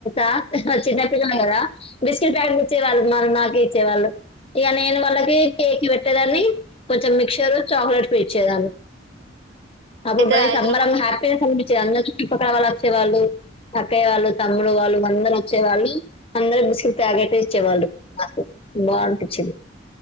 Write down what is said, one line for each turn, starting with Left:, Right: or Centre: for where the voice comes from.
Left: వాళ్ళు చిన్నపిల్లలు కదా బిస్కెట్ ప్యాకెట్ ఇచ్చేవాళ్ళు మనం వాళ్ళకే ఇచ్చేవాళ్ళం ఇక నేను వాళ్ళకి కేక్ లు పెట్టేదాన్ని కొంచెం మిక్చర్ చాక్లెట్ ఇచ్చే దాన్ని అప్పుడు
Right: అయితే
Left: బలే
Right: ఐదు
Left: సంబరం
Right: రూపాయలు
Left: హ్యాపీనెస్ అనిపించేది అందరు చుట్టుపక్కల వాళ్ళు వచ్చేవాళ్ళు అక్కయ్య వాళ్ళు తమ్ముడు వాళ్ళు అందరు వచ్చే వాళ్ళు అందరు బిస్కట్ ప్యాకెట్లు ఇచ్చేవాళ్ళు నాకు బాగా అనిపించింది